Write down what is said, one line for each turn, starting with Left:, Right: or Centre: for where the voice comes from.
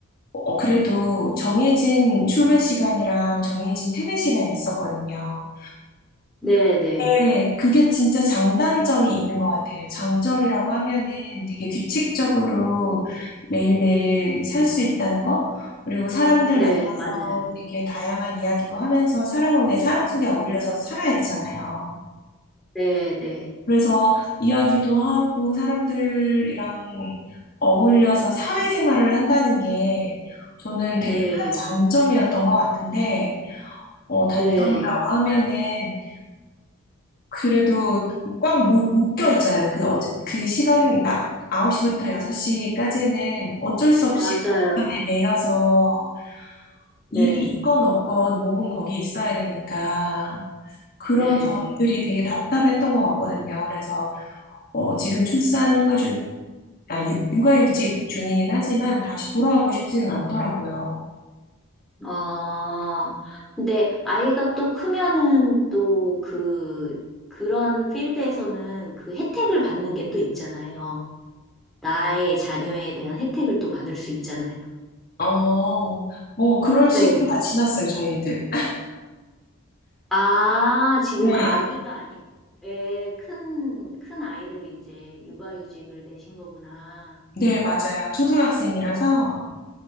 Left: 어, 그래도 정해진 출근 시간이랑 정해진 퇴근 시간이 있었거든요.
Centre: 네네, 네, 네,
Left: 네, 그게 진짜 장단점이 있는 것 같아요. 장점이라고 하면은 되게 규칙적으로 매일매일
Centre: 네.
Left: 살 수 있다는 거, 그리고 사람들
Centre: 네,
Left: 만나서
Centre: 맞아요.
Left: 되게 다양한 이야기도 하면서 사람은 왜 사람 속에 어울려서 살아야 되잖아요.
Centre: 네네,
Left: 그래서 이야기도 하고 사람들이랑 어울려서 사회생활을 한다는 게 저는
Centre: 네,
Left: 되게 큰
Centre: 네,
Left: 장점이었던 것 같은데, 어, 단점이라고
Centre: 네.
Left: 하면은 그래도 꽉 무, 묶여 있잖아요. 그, 어, 그 시간, 나, 홉시부터 여섯시까지는 어쩔 수 없이
Centre: 맞아요.
Left: 그 시간에 매여서
Centre: 네,
Left: 일이 있건 없건 몸은 거기 있어야 되니까 그런
Centre: 네.
Left: 점들이 되게 답답했던 것 같거든요. 그래서 어, 지금 출산 휴가 중 아니, 유- 육아휴직 중이긴 하지만 다시 돌아가고 싶지는 않더라고요.
Centre: 아, 근데 아이가 또 크면은 또 그, 그런 필드에서는 그 혜택을 받는 게 또 있잖아요. 나의 자녀에 대한 혜택을 또 받을 수 있잖아요.
Left: 어, 뭐 그럴 시기가
Centre: 네.
Left: 지났어요, 저희 애들.
Centre: 아, 지금
Left: 네,
Centre: 아기가 아니고, 예, 큰, 큰 아이들이 이제 육아휴직을 내신 거구나.
Left: 네, 맞아요. 초등학생이라서.